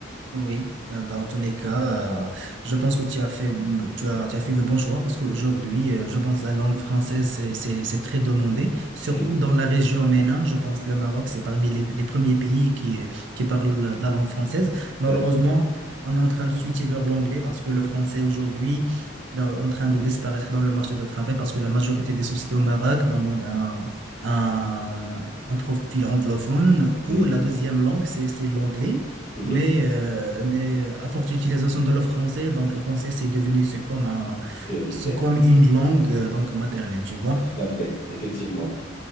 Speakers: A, on the right; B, on the left.
A: Oui, euh, dans tous les cas, euh, je pense que tu as fait, tu as, tu as fait le bon choix parce qu'aujourd'hui, euh, je pense la langue française, c'est, c'est, c'est très demandé, surtout
B: Effectivement.
A: dans la région MENA. Je pense le Maroc, c'est parmi les, les premiers pays qui, euh, qui parlent la, la langue française. Malheureusement,
B: Tout à fait.
A: on est en train de switcher vers l'anglais parce que le français aujourd'hui, il est en train de disparaître dans le marché du travail parce que la majorité des sociétés au Maroc demandent un, un, un profil anglophone
B: Mhm.
A: ou la deuxième langue, c'est, c'est l'anglais.
B: Mhm.
A: Mais, euh, mais à forte utilisation de le français, donc le français c'est devenu c'est comme un,
B: Prioritaire.
A: c'est comme une langue euh, donc maternelle, tu vois.
B: Tout à fait, effectivement.